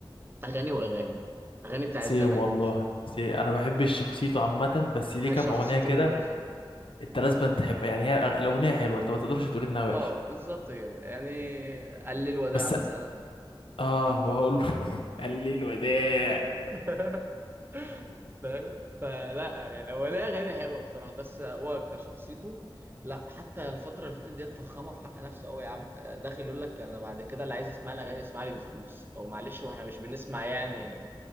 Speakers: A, on the right; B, on the left.
A: اغاني واغاني اغاني بتاعت
B: سيم
A: زمان
B: والله سي انا بحب شخصيته عامه بس ليه كام
A: شخصيته
B: اغنيه كده
A: مقرفة
B: انت لازم تحب يعني هي الأغ- الاغنيه حلوه انت ما تقدرش تقول انها وحشه
A: اه بالظبط كده يعني قلل الوداع
B: بس
A: مثلا
B: اه وهقول له <laughs> قال لي الوداع
A: <laughs> فاهم فلا هو ليه أغاني حلوة بصراحة بس هو كشخصيته لا حتى الفترة اللي فاتت دي اتفخمها في حق نفسه قوي يا عم آه، داخل يقول لك أنا بعد كده اللي عايز يسمع لي أغاني يسمع لي بفلوس أو معلش وإحنا مش بنسمع يعني